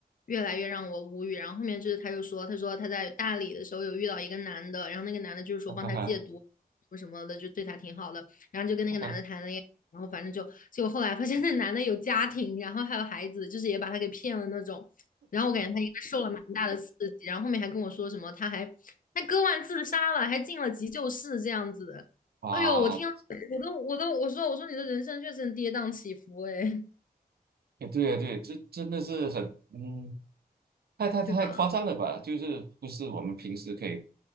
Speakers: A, on the left (about 60°); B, on the right (about 80°).
A: 越来越让我无语。然后后面就是他又说，他说他在大理的时候有遇到一个男的，然后那个男的就是说帮他戒毒什么什么的，
B: <laughs> 哈哈哈
A: 就对他挺好的，然后就跟那个男的谈恋爱。
B: 哈哈，
A: 然后反正就，结果后来发现那男的有家庭，然后还有孩子，就是也把他给骗了那种。然后我感觉他应该受了蛮大的刺激，然后后面还跟我说什么，他还他割腕自杀了，还进了急救室这样子。
B: 哇，
A: 哎呦，我听了我都我都我说我说你的人生确实很跌宕起伏哎，
B: 哎对啊对，这真的是很嗯，太太太夸张了吧？
A: 对吧？
B: 就是不是我们平时可以